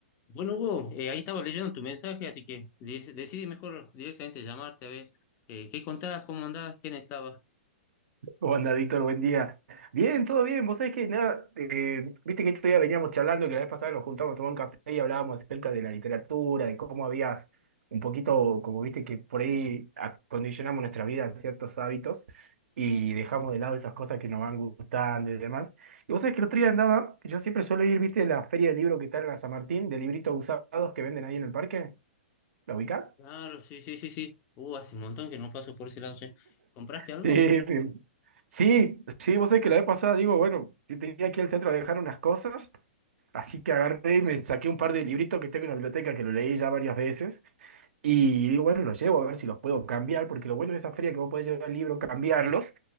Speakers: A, on the left (about 30°); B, on the right (about 75°).
A: Bueno, Hugo, eh, ahí estaba leyendo tu mensaje, así que de- decidí mejor directamente llamarte a ver eh, qué contabas, cómo andabas, quién estaba.
B: ¿Cómo anda, Víctor? Buen día. Bien, todo bien. Vos sabés que nada, eh, viste que este día veníamos charlando, que la vez pasada nos juntamos a tomar un café y hablábamos acerca de la literatura, de cómo habías un poquito, como viste que por ahí acondicionamos nuestra vida a ciertos hábitos y dejamos de lado esas cosas que nos van gustando y demás. Y vos sabés que el otro día andaba, yo siempre suelo ir, viste, a la feria de libro que está en la San Martín, de libritos usados que venden ahí en el parque. ¿La ubicás?
A: Claro, sí, sí, sí, sí. Uh, hace un montón que no paso por ese lado, che. ¿Compraste algo?
B: Sí, mi- sí, sí, vos sabés que la vez pasada digo, bueno, te- tenía aquí ir al centro a dejar unas cosas, así que agarré y me saqué un par de libritos que tengo en la biblioteca que lo leí ya varias veces, y digo, bueno, los llevo a ver si los puedo cambiar, porque lo bueno de esa feria es que vos podés llevar el libro, cambiarlos,